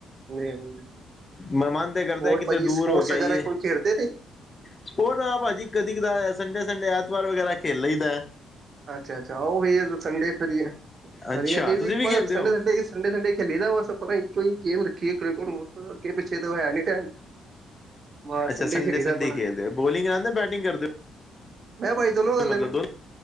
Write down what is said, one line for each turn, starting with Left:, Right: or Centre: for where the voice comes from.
Right: ਹਾਂਜੀ
Left: ਮੈਂ ਮਨ ਤੇ ਕਰਦਾ
Right: ਹੋਰ
Left: ਕਿਤੇ
Right: ਭਾਜੀ
Left: ਦੂਰ
Right: ਸਪੋਰਟਸ
Left: ਹੋ ਕੇ
Right: ਵਗੈਰਾ
Left: ਆਇਏ।
Right: ਕੋਈ ਖੇਡਦੇ ਨਹੀਂ
Left: ਸਪੋਰਟ ਭਾਜੀ ਕਦੀ ਕਦਾ ਸੰਡੇ ਸੰਡੇ ਐਤਵਾਰ ਵਗੈਰਾ ਖੇਲ ਲਈ ਦਾ।
Right: ਅੱਛਾ ਅੱਛਾ ਆ ਸੰਡੇ ਫਰੀ ਹ
Left: ਅੱਛਾ
Right: ਜੇ
Left: ਤੁਸੀਂ
Right: ਵੀ
Left: ਖੇਲਦੇ
Right: ਸੰਡੇ
Left: ਹੋ
Right: ਸੰਡੇ। ਸੰਡੇ ਸੰਡੇ ਖੇਲੇ ਦਾ ਵਸ ਆਪ ਇੱਕੋ ਹੀ ਗੇਮ ਰੱਖੀਏ ਕਿ੍ਕਟ ਅੱਗੇ ਪਿੱਛੇ ਹੋਇਆ ਨੀ ਟਾਈਮ। ਮ
Left: ਅੱਛਾ ਸੰਡੇ
Right: ਖੇਲੀ
Left: ਸੰਡੇ
Right: ਦਾ ਆਪਣਾ
Left: ਖੇਲਦੇ ਹੋ ਬੋਲਿੰਗ ਕਰਾਦੇ ਜਾਂ ਬੈਟਿੰਗ ਕਰਦੇ ਹੋ।
Right: ਮੈਂ ਕਿਹਾ ਭਾਈ ਦੋਨੋ ਕਰ ਲੈਣਾ,
Left: ਮਤਲਬ ਦੋਨੋਂ